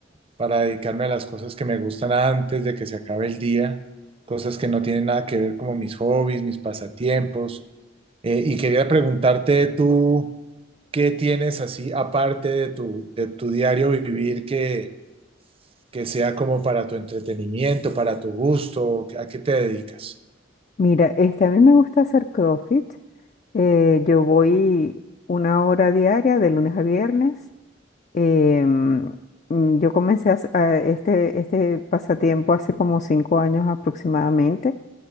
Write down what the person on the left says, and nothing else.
Mira, este, a mí me gusta hacer CrossFit. Eh, yo voy una hora diaria de lunes a viernes. Em, mm, yo comencé a, hac- a este, este pasatiempo hace como cinco años aproximadamente.